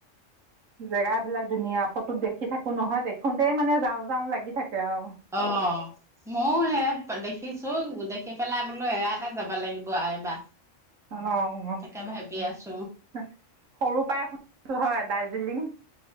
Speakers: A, on the right; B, in the centre.
A: জেগা বিলাক ধুনীয়া ফটোত দেখি থাকো। এক নহয় দেখোতেই মানে যাওঁ যাওঁ লাগি থাকে। আৰু
B: অ মইও সে দেখিছো দেখি। পেলাই বোলো এয়াতে যাবা লাগিব এবা।
A: অঁ
B: তাকে ভাবি আছো।
A: সৰু পৰাাই শুনিছো হয়। দাৰ্জিলিং।